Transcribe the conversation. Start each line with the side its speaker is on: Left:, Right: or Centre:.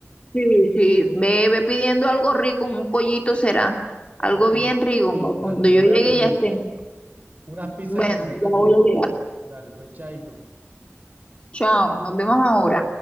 Left: Sí, sí, ve, ve pidiendo algo rico, un pollito será, algo
Right: <laughs> Bueno.
Left: bien rico, para cuando
Right: Bueno, yo
Left: yo
Right: voy
Left: llegue
Right: a pedir
Left: ya esté.
Right: unas pizzas
Left: Bueno,
Right: en Toreto
Left: ya
Right: entonces.
Left: voy a llegar.
Right: Dale, pues chaito.
Left: Chao, nos vemos ahora.